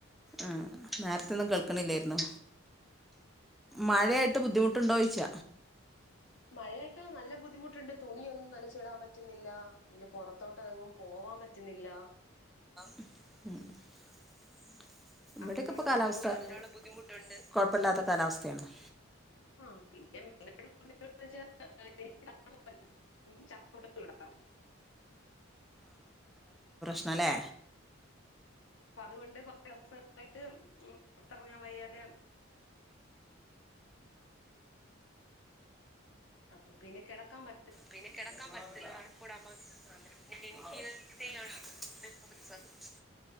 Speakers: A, in the centre; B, on the left (about 70°).
A: ആഹ് നേരത്തെ ഒന്നും കേൾകിണില്ലായ്രന്നു മഴയായിട്ട് ബുദ്ധിമുട്ട് ഇണ്ടോ ചോയ്ച്ച
B: മഴ ത്ത് നല്ല ബുദ്ധിമുട്ട്ണ്ട് തുണിയൊന്നും നനച്ചിടാൻ പറ്റ്ന്നില്ല പിന്നെ പൊറത്തോട്ട് എങ്ങും പോവാൻ പറ്റ്ന്നില്ല
A: <unintelligible> ഇവടെക്കെ
B: അങ്ങനെയുള്ള
A: ഇപ്പ കാലാവസ്ഥ
B: ബുദ്ധിമുട്ടുണ്ട്
A: അങ്ങനൊള്ള ബുദ്ധിമുട്ടൊണ്ട് കൊഴപ്പില്ലാത്ത കാലാവസ്ഥയാണ് ക
B: <unintelligible> ശ്വാസം മുട്ടലുണ്ടാവും
A: മലേ
B: അതുകൊണ്ട് <unintelligible> റത്തെറങ്ങാൻ വയ്യാതെ അപ്പ പിന്നെ കെടക്കാൻ പ
A: പിന്നെ കെടക്കാൻപറ്റത്തില്ല തണുപ്പൂടാവുമ്പോ <unintelligible>